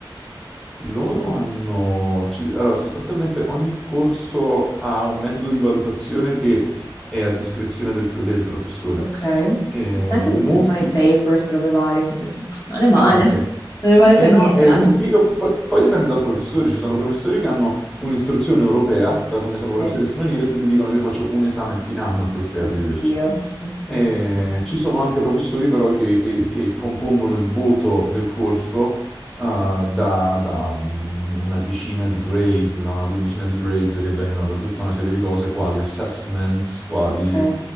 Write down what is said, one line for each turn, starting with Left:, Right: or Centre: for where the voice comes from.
Centre: Loro hanno... ci- Allora, sostanzialmente ogni corso ha un metodo di valutazione che è a discrezione del, del professore.
Left: Ok.
Centre: E
Left: Tanto ho
Centre: molti...
Left: visto che fanno i papers, robe varie, quindi non è male,
Centre: Anche.
Left: non è male
Centre: E
Left: per
Centre: no,
Left: niente,
Centre: è,
Left: anzi.
Centre: è figo, poi, poi dipende dal professore, ci sono professori che hanno un'istruzione europea, caso me sono professori
Left: Sì.
Centre: stranieri, e quindi dicono io faccio un esame a fine anno e questo è arrivederci.
Left: Oddio, ok,
Centre: E ci sono anche professori però che, che- che compongono il voto del corso eh, da, da un- una decina di grades, da una quindicina di grades che vengono da tutta una serie di cose, quali assessments, quali
Left: ok,